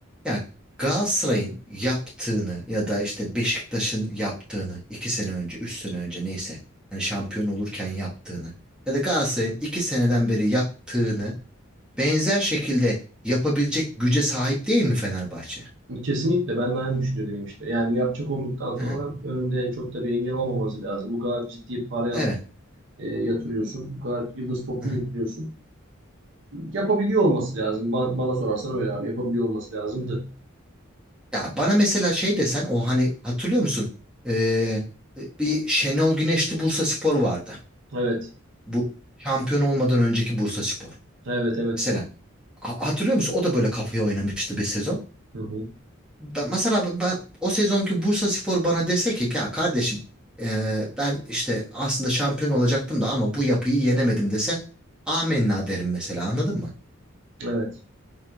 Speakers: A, in the centre; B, on the right (about 65°).
A: Yani Galatasaray'ın yaptığını ya da işte Beşiktaş'ın yaptığını iki sene önce üç sene önce neyse hani şampiyon olurken yaptığını ya da Galatasaray'ın iki seneden beri yaptığını benzer şekilde yapabilecek güce sahip değil mi Fenerbahçe?
B: Kesinlikle ben de aynı düşünüyordum işte. Yani yapacak olduktan sonra
A: Hı hı.
B: önünde çok da bir engel olmaması lazım. Bu kadar ciddi para
A: Evet.
B: e, yatırıyorsun. Bu kadar yıldız topçu
A: Hı hı.
B: getiriyorsun. Yapabiliyor olması lazım. Ba- Bana sorarsan öyle abi. Yapabiliyor olması lazımdı.
A: Ya bana mesela şey desen o hani hatırlıyor musun? Ee, bir Şenol Güneşli Bursaspor vardı.
B: Evet.
A: Bu şampiyon olmadan önceki Bursaspor.
B: Evet evet.
A: Mesela ha- hatırlıyor musun? O da böyle kafaya oynamıştı bir sezon.
B: Hı hı.
A: Ben, mesela ben o sezonki Bursaspor bana dese ki ya kardeşim ee, ben işte aslında şampiyon olacaktım da ama bu yapıyı yenemedim dese amenna derim mesela anladın mı?
B: Evet.